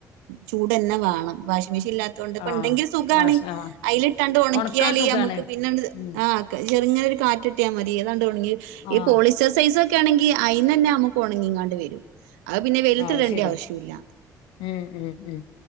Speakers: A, on the right; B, on the left.
A: ചൂടന്നെ വേണം വാഷിംഗ് മിഷീൻ ഇല്ലാ ത്തോണ്ട്പ്പം
B: ആഹ്
A: ഉണ്ടെങ്കിൽ സുഖാണ്
B: വാഷ് ആഹ്
A: അയിലിട്ടാണ്ട് ഒണക്കിയാല്
B: ഒണക്കാൻ സുഖാണ്
A: നമ്മക്ക് പിന്നെങ്ങട്
B: ഉം
A: ആഹ് ചെറിങ്ങനൊരു കാറ്റിട്ടിയാ മതി അതാണ്ട് ഒണങ്ങി
B: ആഹ്
A: ഈ പോളിസ് റ്റ് സൈസൊക്കെ ആണെങ്കി അയിനന്നെ നമുക്ക് ഒണങ്ങിങ്ങാണ്ട് വരും അത് പിന്നെ വെയിലത്തിടണ്ടീയ
B: ആഹ് ശരിയാ
A: ആവശ്യുല്ല
B: ഉം ഉം ഉം